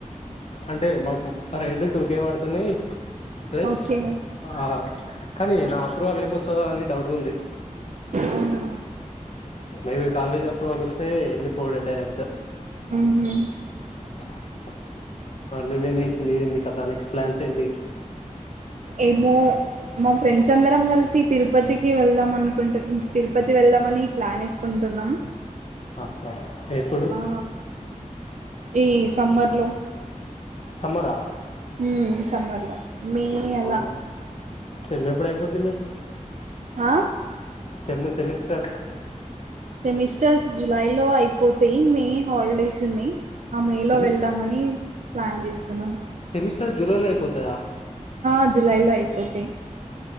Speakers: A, on the left; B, on the right.
A: అంటే మాకు ఆ రెడ్ టూకే వాడుతున్నాయి ప్లస్
B: ఓకే
A: ఆ కానీ నా ప్రువల్ ఏమొస్తదా అని డౌట్ గుంది
B: అవునా
A: మేబీ కాలేజ్ అప్రూవల్ వస్తే ఎళ్ళిపోవుడే డైరెక్ట్
B: ఊహు
A: <inaudible> మత్ నువ్వేంది నీవేంది కథా నెక్స్ట్ ప్లాన్స్ ఏంటి
B: ఏమో మా ఫ్రెండ్స్ అందరం కలిసి తిరుపతికి వెళ్దాం అను ఉంటద్ తిరుపతి వెళ్దామని ప్లాన్ ఏసుకుంటున్నాం
A: చ ఎప్పుడు
B: ఆ ఈ సమ్మర్లో
A: సమ్మరా
B: ఉమ్ సమ్మర్లా మే అల
A: అవునా సెమ్ ఎప్పుడు అయిపోద్ది మీకు
B: ఆ
A: sem semester
B: semesters July లో అయిపోతాయి మే హాలిడేస్ ఉన్నాయి్ ఆ మేలో
A: సెమిస్టర్
B: వెళ్దామని ప్లాన్ చేసుకున్నాం
A: సెమిస్టర్ జులై లో అయిపోతాయా
B: హా జులైలో అయిపోతాయ్